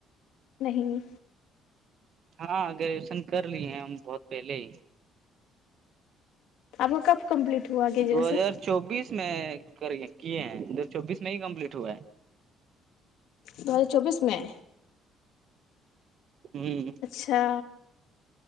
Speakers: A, on the left (about 70°); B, on the right (about 40°).
A: نہیں
B: ہاں گریجویشن کر لی ہیں ہم بہت پہلے ہی
A: آپ کو کب کمپلیٹ ہوا گریجویشن
B: دو ہزار چوبیس میں کر کیے ہیں دو ہار چوبیس میں ہی کمپلیٹ ہوا ہے
A: دو ہزار چوبیس میں
B: ہمم
A: اچھا